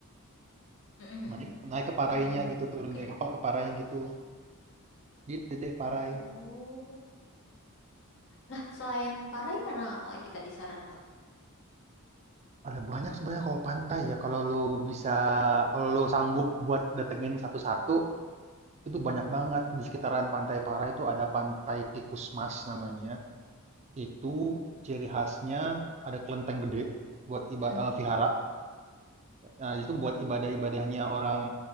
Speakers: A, on the left; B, on the right.
A: Mhm.
B: Naik naik ke Parainya
A: Mhm.
B: gitu, turun
A: Oke.
B: dari kapal ke Parainya gitu. Gitu deh Parai.
A: Oh. Nah, selain Parai mana lagi tadi saran lo?
B: Ada banyak sebenarnya kalau pantai ya, kalau lu bisa kalau lu sanggup buat datengin satu-satu, itu banyak banget. Di sekitaran Pantai Parai itu ada Pantai Tikus Mas namanya. Itu ciri khasnya ada kelenteng gede buat iba
A: Mm-mm.
B: eee, vihara. Nah, itu buat ibadah-ibadahnya orang